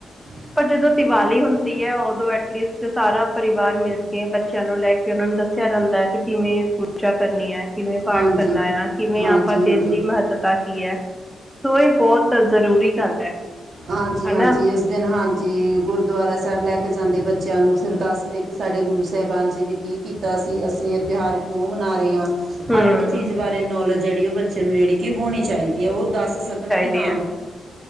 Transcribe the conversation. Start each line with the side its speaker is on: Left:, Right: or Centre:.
Right: ਹ
Centre: ਪਰ ਜਦੋਂ ਦੀਵਾਲੀ ਹੁੰਦੀ ਉਦੋਂ ਐਟਲੀਸਟ ਸਾਰਾ ਪਰਿਵਾਰ ਮਿਲ ਕੇ ਬੱਚਿਆਂ ਨੂੰ ਲੈ ਕੇ ਉਹਨਾਂ ਨੂੰ ਦੱਸਿਆ ਜਾਂਦਾ ਹੈ ਵੀ ਕਿਵੇਂ ਪੂਜਾ ਕਰਨੀ ਹੈ ਕਿਵੇਂ ਪਾਠ
Right: ਹਾਂਜੀ
Centre: ਕਰਨਾ ਆ ਕਿਵੇਂ
Right: ਹਾਂਜੀ
Centre: ਆਪਾਂ ਦਿਨ
Right: ਹਾਂਜੀ
Centre: ਦੀ ਮਹੱਤਤਾ ਕੀ ਹੈ ਸੋ ਇਹ ਬਹੁਤ ਜ਼ਰੂਰੀ ਗੱਲ ਹੈ
Right: ਹਾਂਜੀ
Centre: ਹਨਾ
Right: ਹਾਂਜੀ ਇਸ ਦਿਨ ਹਾਂਜੀ ਗੁਰਦੁਆਰਾ ਸਾਹਿਬ ਲੈ ਕੇ ਜਾਂਦੇ ਬੱਚਿਆਂ ਨੂੰ ਫਿਰ ਦੱਸਦੇ ਕਿ ਸਾਡੇ ਗੁਰੂ ਸਾਹਿਬਾਨ ਜਿ ਨੇ ਕਿ ਕੀਤਾ ਸੀ ਅਸੀਂ ਇਹ ਤਿਉਹਾਰ ਕਿਉਂ ਮਨਾ ਰਹੇ ਹਾਂ
Centre: ਹੂੰ
Right: ਹਰ ਇੱਕ ਚੀਜ਼ ਬਾਰੇ ਨੌਲੇਜ ਜਿਹੜੀ ਉਹ ਬੱਚੇ ਨੂੰ ਜਿਹੜੀ ਕਿ ਹੋਣੀ ਚਾਹੀਦੀ ਐ, ਉਹ ਦੱਸ ਸਕਣ ਕਿ
Centre: ਦੀ
Right: ਹਾਂ
Centre: ਆ